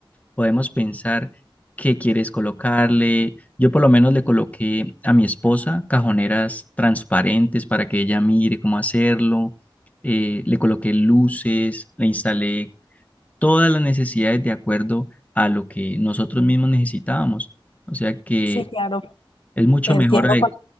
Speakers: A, on the left (about 15°); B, on the left (about 70°).
A: podemos pensar qué quieres colocarle. Yo por lo menos le coloqué a mi esposa cajoneras transparentes para que ella mire cómo hacerlo. Eh, le coloqué luces, le instalé todas las necesidades de acuerdo a lo que nosotros mismos necesitábamos. O sea que
B: Sí, claro.
A: es mucho
B: Entiendo.
A: mejor ade-
B: cu-